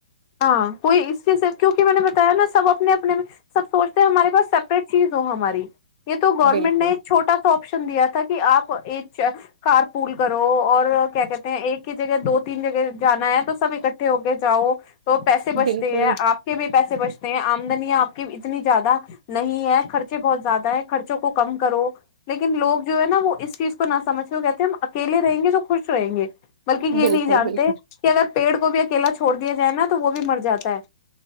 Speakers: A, on the left; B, on the right.
A: ہاں کوئی اس کیونکہ میں نے بتایا نا سب اپنے اپنے میں سب سوچ ہمارے پس سپریٹ چیز ہو ہماری یہ تو گورنمنٹ
B: بالکل
A: نے ایک چھٹا سا آشن دیا تھا کہ آپ ایک کار پول کرو اور کیا کہتے ہیں ایک جگہ دو تین جگہ جانا ہے تو سب اکٹھے ہو کے جاؤ تو پیسے بچتے
B: بالکل
A: ہیں آپ کے بھی پیسے بچتے ہیں آمدنییاں آپ کہ اتنی زیادہ نہیں ہے خرچے بہت زیادہ ہے خرچوں کو کم کرو لیکن لوگ جو ہے نا وہ اس چیز کو نہ سمجھ کے کہتے ہیں ہم اکیلے رہیں گے جو خوش رہیں گے بلکہ یہ
B: بالکل
A: نہیں جانتے
B: بالکل
A: کہ اگر پیڑ کو بھی کیلا چھوڑ دیا جائے نا وہ بھی مر جاتا ہے